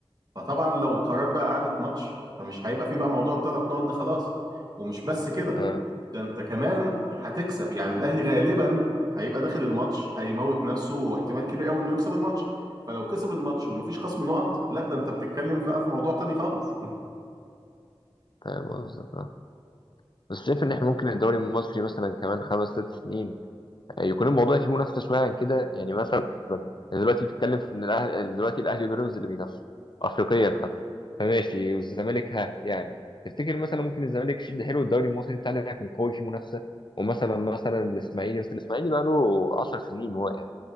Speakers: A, on the right; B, on the left.
A: فطبعا لو قرار بقى اعاده ماتش فمش هيبقى في بقى موضوع الثلاث نقط ده خلاص ومش بس كده
B: اه
A: ده انت كمان هتكسب يعني الاهلي غالبا هيبقى داخل الماتش هيموت نفسه واحتمال كبير قوي انه يكسب الماتش فلو كسب الماتش ومفيش خصم نقط لا ده انت بتتكلم بقى في موضوع تاني خالص
B: فاهم قصدك اه بس شايف ان احنا ممكن الدوري المصري مثلا كمان خمس ست سنين يكون الموضوع فيه منافسه شويه عن كده يعني مثلا دلوقتي بتتكلم في ان الاهلي دلوقتي الاهلي وبيراميدز اللي بينافسوا افريقيا حتى فماشي والزمالك ها يعني تفتكر مثلا ممكن الزمالك يشد حلو الدوري المصري بتاعنا يكون قوي فيه منافسه ومثلا مثلا الاسماعيلي بس الاسماعيلي بقى له 10 سنين واقع